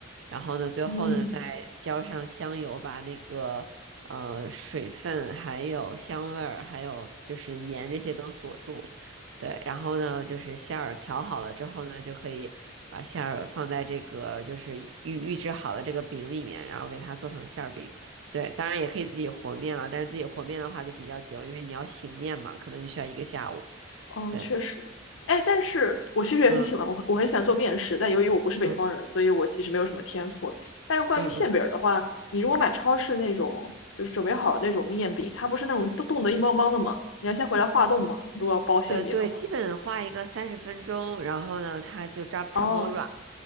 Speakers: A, on the right; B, on the left.
A: 然后呢，最后呢再浇上香油，
B: 嗯。
A: 把那个呃水分还有香味儿，还有就是盐这些都锁住。对，然后呢，就是馅儿调好了之后呢，就可以把馅儿放在这个就是预预制好的这个饼里面，然后给它做成馅儿饼。对，当然也可以自己和面了，但是自己和面的话就比较久，因为你要醒面嘛，可能就需要一个下午。
B: 哦，
A: 对，
B: 确实，哎，但是我其实也很喜欢，
A: 嗯
B: 我我很喜欢做面食，但由于我不是北方人，
A: 嗯
B: 所以我其实没有什么天赋。但是关于馅饼儿的话，
A: 嗯嗯，
B: 你如果买超市那种就是准备好的那种面饼，它不是那种冻冻得硬邦邦的吗？你要先回来化冻吗？如果要包馅饼的话，
A: 呃，对，基本画一个三十分钟，然后呢，它就扎差不多软了，
B: 哦，